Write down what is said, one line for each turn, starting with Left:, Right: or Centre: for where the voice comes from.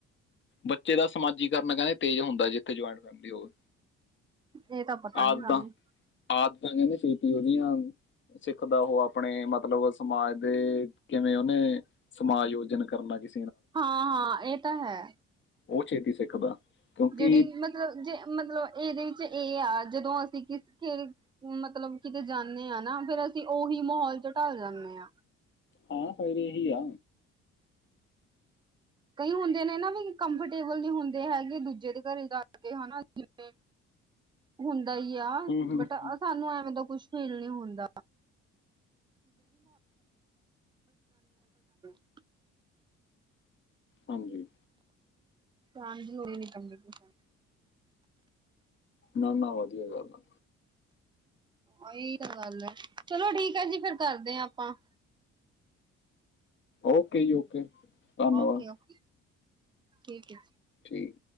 Left: ਬੱਚੇ ਦਾ ਸਮਾਜੀਕਰਨ ਕੈੰਦੇ ਤੇਜ ਹੁੰਦਾ ਜਿੱਥੇ ਜੋਇੰਟ ਫੈਮਿਲੀ ਹੋਏ।
Right: ਇਹ ਤਾਂ ਪਤਾ ਨੀ
Left: ਆਦਤਾਂ-ਆਦਤਾਂ
Right: ਸਾਨੂੰ
Left: ਕੈੰਦੇ ਛੇਤੀ ਓਹਦੀਆਂ ਸਿੱਖਦਾ ਓਹ ਅਪਣੇ ਮਤਲਬ ਸਮਾਜ ਦੇ ਕਿਵੇਂ ਓਨੇ ਸਮਾਯੋਜਨ ਕਰਨਾ ਕਿਸ
Right: ਹਾਂ-ਹਾਂ ਏਹ ਤਾਂ ਹੈ।
Left: ਓਹ ਛੇਤੀ ਸਿੱਖਦਾ। ਕਿਉਂਕਿ
Right: ਜੇੜੀ ਮਤਲਬ ਜੇ ਮਤਲਬ ਏਦੇ ਇਚ ਏ ਆ ਜਦੋਂ ਅਸੀਂ ਕਿਸ ਕੇਰ ਮਤਲਬ ਕਿਤੇ ਜਾਨੇ ਆ ਨਾ ਫੇਰ ਅਸੀਂ ਓਹੀ ਮਹੌਲ ਚ ਢਲ ਜਾਨੇ ਆ।
Left: ਹਾਂ, ਫੇਰ ਏਹੀ ਆ।
Right: ਕਈ ਹੁੰਦੇ ਨੇ ਨਾ ਵਈ ਕੰਫਰਟੇਬਲ ਨੀ ਹੁੰਦੇ ਹੈਗੇ ਦੂਜੇ ਦੇ ਘਰੇ ਜਾ ਕੇ ਹਨਾ। ਜਿਵੇਂ ਹੁੰਦਾ ਹੀ ਯਾ
Left: ਹੂੰ ਹੂੰ
Right: ਬਟ
Left: ਹੂੰ।
Right: ਅ ਸਾਨੂੰ ਐਵੇਂ ਦਾ ਕੁਛ ਫੀਲ ਨੀ ਹੁੰਦਾ। <inaudible>
Left: ਹਾਂਜੀ।
Right: ਚਾਂਜਿੰਗ ਹੋਈ ਨੀ ਨਬੇ ਪਸੈਂਟ।
Left: ਨਾ-ਨਾ, ਵਧੀਆ ਗੱਲ ਆਂ।
Right: ਓਹੀ ਤਾਂ ਗੱਲ ਐ ਚਲੋ ਠੀਕ ਹੈ ਜੀ, ਫੇਰ ਕਰਦੇ ਆ ਆਪਾ।
Left: ਓਕੇ ਜੀ ਓਕੇ। ਧੰਨਵਾਦ
Right: ਓਕੇ-ਓਕੇ, ਠੀਕ ਏ।
Left: ਠੀਕ।